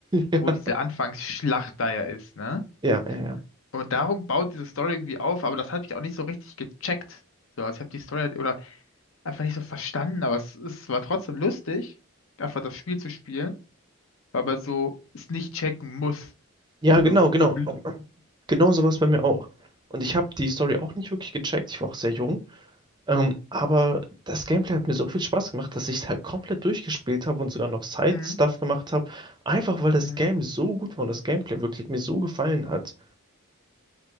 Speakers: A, on the right; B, on the left.
A: <laughs>
B: wo diese Anfangsschlacht da ja ist, ne?
A: Ja, ja, ja.
B: Und darum baut diese Story irgendwie auf, aber das habe ich auch nicht so richtig gecheckt. So, also ich habe die Story halt- oder einfach nicht so verstanden, aber es, es war trotzdem lustig, einfach das Spiel zu spielen, weil man so es nicht checken muss.
A: Ja, genau,
B: So,
A: genau.
B: obli
A: Genau so war es bei mir auch. Und ich habe die Story auch nicht wirklich gecheckt. Ich war auch sehr jung. Ähm, aber das Gameplay hat mir so viel Spaß gemacht, dass ich es halt komplett durchgespielt habe und sogar noch Side-Stuff
B: mhm.
A: gemacht habe. Einfach weil das
B: mhm.
A: Game so gut war und das Gameplay wirklich mir so gefallen hat.